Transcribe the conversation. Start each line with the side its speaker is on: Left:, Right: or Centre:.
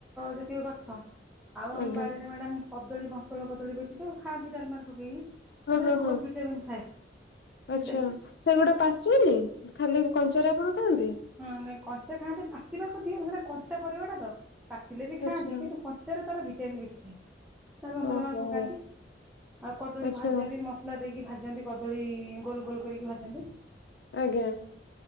Centre: ଜାତୀୟ ଗଛ। ଆଉ ଆମ
Left: ଆଜ୍ଞା
Centre: ବାରିରେ ମ୍ୟାଡାମ କଦଳୀ ବନ୍ତଳ କଦଳୀ <inaudible> ସବୁ ଖାଆନ୍ତି ଡାଲମାର ପକେଇକି। ତା
Left: ହଁ
Centre: ଦେହରେ
Left: ହଁ
Centre: ବହୁତ
Left: ହଁ
Centre: ଭିଟାମିନ୍
Left: ଆଚ୍ଛା
Centre: ଜାଣିଛୁ।
Left: ସେଗୁଡା ପାଚେନି ଖାଲି କଞ୍ଚାରେ ଆପଣ ଖାଆନ୍ତି।
Centre: ହଁ ନାଇଁ କଞ୍ଚା ଖାଆନ୍ତି ପାଚିବାକୁ ଦିଅ ସେଟା କଞ୍ଚା ପରିବାଟା ତ ପାଚିଲେ ବି ଖାଆନ୍ତି।
Left: ଆଚ୍ଛା
Centre: କିନ୍ତୁ ତାର ଭିଟାମିନ୍ ବେଶୀ ଥାଏ। ତାର ଲମ୍ବା
Left: ଓହୋ
Centre: ଲମ୍ବା ପକାନ୍ତି ଆଉ କଦଳୀ
Left: ଆଚ୍ଛା
Centre: ଭାଜା ବି ମ ସଲା ଦେଇକି ଭାଜନ୍ତି କଦଳୀ ଗୋଲ ଗୋଲ କରିକି ଭାଜନ୍ତି।
Left: ଆଜ୍ଞା